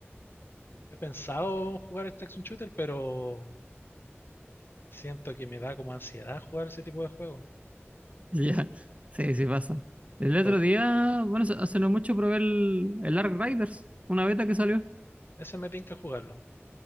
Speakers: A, on the left; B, on the right.
A: He pensado jugar este Extraction Shooter, pero siento que me da como ansiedad jugar ese tipo de juegos.
B: <laughs> Ya, Sí, sí pasa. El otro
A: Porque
B: día, bueno, hace hace no mucho probé el, el Ark Riders, una beta que salió,
A: ese me tinca jugarlo.